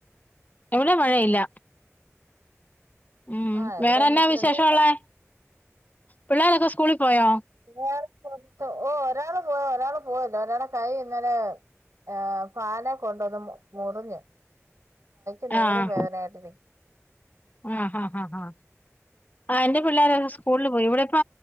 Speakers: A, on the left; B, on the right.
A: ഇവിടെം മഴയില്ല ഉം
B: ആഹ് ഇവിടെ
A: വേറെ
B: ഇന്ന്
A: എഞ്ഞാ
B: ഇച്ചിരി
A: വിശേഷാെള്ളെ
B: വെയിലാ
A: പിള്ളേരൊക്കെ സ്കൂളിൽ പോയോ
B: <unintelligible> ഓഹ് ഒരാള് പോയി ഒരാള് പോയില്ല ഒരാള് കൈ ഇന്നല ഏ് ഫാനെ കൊണ്ട ഒന്ന് മു മുറിഞ്ഞ് ഈ നേരം
A: ആഹ്
B: വേദനായിട്ട് നിക്ക്
A: ആഹ് ഹാ ഹാ ആഹ് എന്റെ പിള്ളേരങ് സ്കൂളില് പോയി ഇവിടെപ്പ